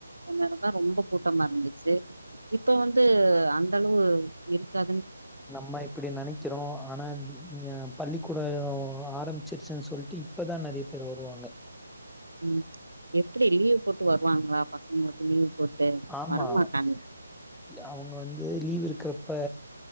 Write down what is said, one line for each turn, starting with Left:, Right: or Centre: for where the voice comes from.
Right: நேரந்தா ரொம்ப கூட்டமா இருந்துச்சு இப்ப வந்து அந்த அளவு இருக்கா
Centre: நம்ம இப்படி நெனைக்கிறோம் ஆனா பள்ளிக்கூட ஆரம்பிச்சிருச்சுன் சொல்ட்டு இப்பதா நெறைய பேர் வருவாங்க
Right: உம் எப்பிடி லீவ் போட்டு வருவாங்களா பசங்களுக்கு லீவ் போட்டு
Centre: ஆமா
Right: வரமாட்டாங்க
Centre: அவுங்க வந்து லீவு இருக்கிறப்ப